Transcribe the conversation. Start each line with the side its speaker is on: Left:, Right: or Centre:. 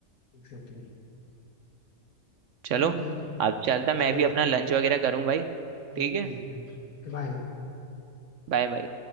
Left: एग्जैक्टली
Right: चलो
Left: चलो ठीक है फिर
Right: अब चलता
Left: बाद
Right: मैं
Left: में
Right: भी
Left: बात
Right: अपना
Left: करते
Right: लंच
Left: हैं
Right: वगैरह करूं भाई
Left: ठीक
Right: ठीक
Left: है
Right: है
Left: ठीक है बाय
Right: Bye bye